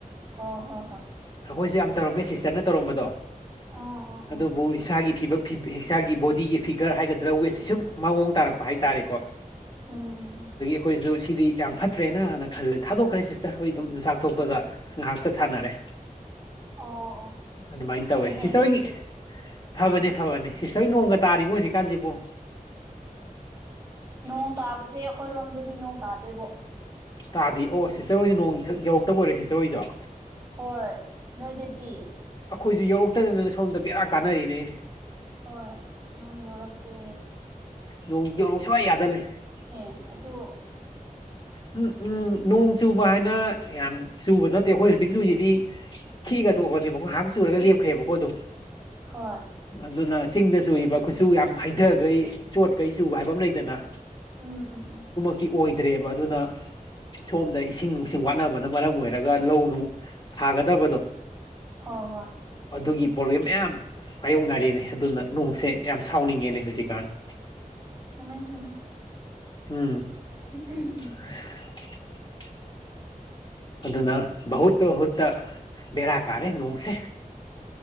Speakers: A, on the right (about 25°); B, on the left (about 35°).
A: ꯍꯣ ꯍꯣ ꯍꯣꯏ
B: ꯑꯈꯣꯏꯁꯨ ꯌꯥꯝ ꯇꯧꯔꯝꯃꯦ ꯁꯤꯁꯇꯔꯅ ꯇꯧꯔꯝꯕꯗꯣ
A: ꯎꯝ ꯎꯝ ꯎꯝ
B: ꯑꯗꯨꯕꯨ ꯏꯁꯥꯒꯤ ꯐꯤꯕꯝ ꯏꯁꯥꯒꯤ ꯕꯣꯗꯤꯒꯤ ꯐꯤꯒꯔ ꯍꯥꯏꯒꯗ꯭ꯔꯥ ꯋꯦꯠꯁꯦ ꯁꯨꯝ ꯃꯑꯣꯡ ꯇꯥꯔꯛꯄ ꯍꯥꯏꯇꯥꯥꯔꯦꯀꯣ꯫
A: ꯎꯝ ꯎꯝ ꯎꯝ ꯎꯝ
B: ꯈꯣꯏꯁꯨ ꯁꯤꯗꯤ ꯌꯥꯝ ꯐꯠꯇ꯭ꯔꯦꯅꯅ ꯈꯜꯂꯦ ꯊꯥꯗꯣꯛꯈ꯭ꯔꯦ ꯁꯤꯁꯇꯔ ꯍꯣꯏ ꯗꯨꯝ ꯆꯥꯛ ꯇꯣꯛꯄꯒ ꯉꯥꯏꯍꯥꯛ ꯆꯠ ꯁꯥꯟꯅꯔꯦ
A: ꯑꯣ ꯑꯣ
B: ꯑꯗꯨꯃꯥꯏꯅ ꯇꯧꯋꯦ
A: ꯐꯩꯅꯦ
B: ꯍꯤꯇꯔ
A: ꯑꯗꯨꯗꯤ
B: ꯍꯣꯏꯒꯤ ꯐꯕꯅꯦ ꯐꯕꯅꯦ, ꯁꯤꯁꯇꯔ ꯍꯣꯏ ꯅꯣꯡꯒ ꯇꯥꯔꯤꯕꯣ ꯍꯧꯖꯤꯛꯀꯥꯟꯁꯤꯕꯨ?
A: ꯅꯣꯡ ꯇꯥꯕꯁꯦ ꯑꯩꯈꯣꯏꯔꯣꯝꯗꯗꯤ ꯅꯣꯡ ꯇꯥꯗꯦꯕꯣ꯫
B: ꯇꯥꯗꯤ ꯑꯣ ꯁꯤꯁꯇꯔ ꯍꯣꯏꯗꯤ ꯅꯣꯡ ꯌꯧꯔꯛꯇꯕ ꯑꯣꯏꯔꯦ ꯁꯤꯁꯇꯔ ꯍꯣꯏꯁꯨ꯫
A: ꯍꯣꯏ, ꯅꯣꯏꯗꯗꯤ?
B: ꯑꯈꯣꯏꯁꯨ ꯌꯧꯔꯛꯇꯗꯅ ꯁꯣꯝꯗ ꯕꯦꯔꯥ ꯀꯥꯟꯅꯔꯤꯅꯦ꯫
A: ꯍꯣꯏ ꯅꯣꯡ ꯌꯧꯔꯛꯇꯦ꯫
B: ꯅꯣꯡ ꯌꯧꯔꯣ ꯁꯨꯡꯌꯥ ꯌꯥꯗ ꯂꯩꯔꯦ꯫
A: ꯅꯦ ꯑꯗꯣ
B: ꯎꯝ ꯎꯝ ꯅꯣꯡ ꯆꯨꯕ ꯍꯥꯏꯅ ꯌꯥꯝ ꯆꯨꯕ ꯅꯠꯇꯦ ꯈꯣꯏ ꯍꯧꯖꯤꯛ ꯆꯨꯔꯤꯁꯤꯗꯤ, ꯈꯤꯛꯑꯒ ꯇꯣꯛꯄꯅꯦꯕꯀꯣ ꯉꯍꯥꯛ ꯆꯨꯔꯒ ꯂꯦꯞꯈ꯭ꯔꯦꯕꯀꯣ ꯑꯗꯨꯝ꯫
A: ꯍꯣꯏ
B: ꯑꯗꯨꯅ ꯆꯤꯡꯗ ꯆꯨꯔꯤꯕ ꯈꯨꯠꯁꯨ ꯌꯥꯝ ꯍꯩꯊꯈꯩ ꯆꯣꯠꯈꯩ ꯆꯨꯕ ꯍꯥꯏꯕ ꯑꯃ ꯂꯩꯗꯅ꯫
A: ꯎꯝ ꯎꯝ ꯎꯝ꯫
B: ꯀꯤ ꯑꯣꯏꯗ꯭ꯔꯦꯕ ꯑꯗꯨꯅ ꯁꯣꯝꯗ ꯏꯁꯤꯡ ꯅꯨꯡꯁꯤꯡ ꯋꯥꯠꯅꯕ ꯑꯗꯨꯅ ꯃꯔꯝ ꯑꯣꯏꯔꯒ ꯂꯧ ꯅꯨꯡ ꯊꯥꯒꯗꯕꯗꯣ꯫
A: ꯍꯣꯏ ꯍꯣꯏ꯫
B: ꯑꯗꯨꯒꯤ ꯄ꯭ꯔꯣꯕ꯭ꯂꯦꯝ ꯃꯌꯥꯝ꯫ ꯃꯥꯌꯣꯛꯅꯔꯤꯦꯅꯦ ꯑꯗꯨꯅ ꯅꯣꯡꯁꯦ ꯌꯥꯝ ꯁꯥꯎꯅꯤꯡꯉꯦꯅꯦ ꯍꯧꯖꯤꯛꯀꯥꯟ꯫
A: ꯆꯨꯝꯃꯦ ꯆꯨꯝꯃꯦ꯫
B: ꯎꯝ
A: ꯎꯝ
B: <unintelligible> ꯑꯗꯨꯅ ꯨꯕꯍꯨꯠꯇ ꯍꯨꯠꯇ ꯕꯦꯔꯥ ꯀꯥꯔꯦ ꯅꯣꯡꯁꯦ꯫